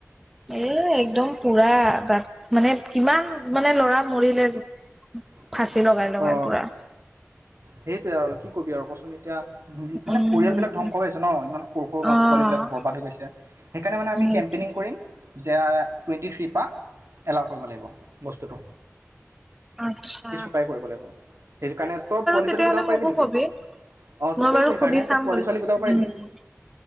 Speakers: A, in the centre; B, on the right (about 65°).
A: এ একদম পুৰা। তাত মানে কিমান মানে ল'ৰা মৰিলে?
B: অ
A: ফাঁচি লগাই লগাই পুৰা।
B: সেইটোৱে আৰু কি? ক'বি আৰু কচোন এতিয়া। মানে
A: উম।
B: পৰিয়ালবিলাক ধ্বংস হৈ আছে ন ইমান সৰু সৰু
A: অ',
B: পোৱালী বিলাক বৰবাদ হৈ গৈছে সেইকাৰণে মানে
A: সেইটো
B: আমি কেম্পেইনিং কৰিম। যে টুৱেণ্টি থ্ৰী পা। এলাও কৰিব লাগিব বস্তুটো।
A: আত্ছা।
B: পাই কৰিব লাগিব সেইটো কাৰণে তই পোৱালী
A: তেতিয়াহ'লে
B: ছোৱালী গোটাব পাৰিবিঅ
A: মোকো
B: নেকি
A: কবি
B: অ তোক
A: মই
B: কৈছোঁ
A: বাৰু
B: সেইকাৰণে
A: সুধি চাম
B: পোৱালী
A: বোলো।
B: ছোৱালী গোটাব পাৰিবি
A: উম।